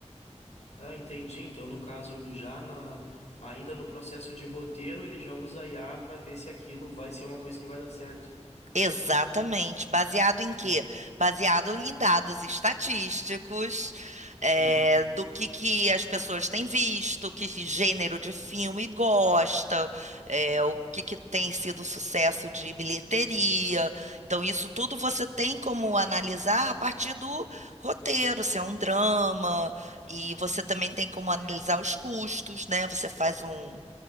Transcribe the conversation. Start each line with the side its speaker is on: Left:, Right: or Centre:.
Left: Ah, entendi. Então, no caso, já na, ainda no processo de roteiro, ele já usa a IA para ver se aquilo vai ser uma coisa que vai dar certo.
Right: Exatamente. Baseado em
Left: Entendi.
Right: quê? Baseado em dados estatísticos, é,
Left: Sim.
Right: do que, que as pessoas têm visto, que gênero de filme gosta, é, o que, que tem sido sucesso de bilheteria. Então, isso tudo você tem como analisar a partir do roteiro, se é um drama, e você também tem como analisar os custos, né? Você faz um